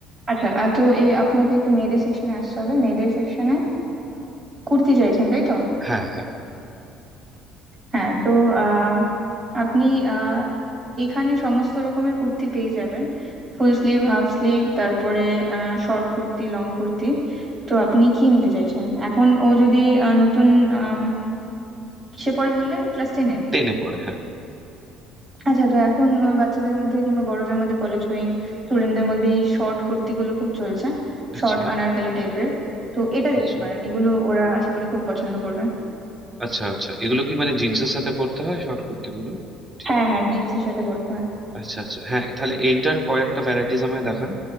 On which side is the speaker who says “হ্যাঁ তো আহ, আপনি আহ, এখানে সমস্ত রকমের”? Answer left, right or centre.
Right